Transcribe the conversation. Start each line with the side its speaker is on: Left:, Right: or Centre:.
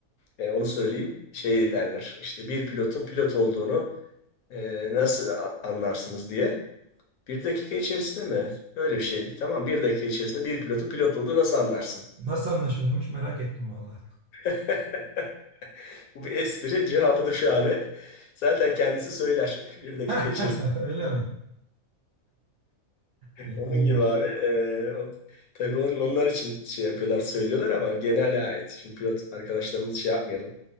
Left: E, onu söyleyeyim. Şey derler. İşte bir pilotun pilot olduğunu e, nasıl a- anlarsınız diye. Bir dakika içerisinde mi? Böyle bir şeydi. Tamam bir dakika içerisinde bir pilotun pilot olduğu nasıl anlarsın?
Right: Nasıl anlaşılıyormuş merak ettim vallahi.
Left: <laughs> Bu bir espri. Cevabı da şu abi. Zaten kendisi söyler <laughs> bir dakika
Right: <laughs>
Left: içerisinde.
Right: Öyle mi? İyi-
Left: Onun
Right: İyiymiş.
Left: gibi abi. E, o- tabii on, onlar için şey yapıyorlar, söylüyorlar ama genele ait. Şimdi pilot arkadaşlarımızı şey yapmayalım.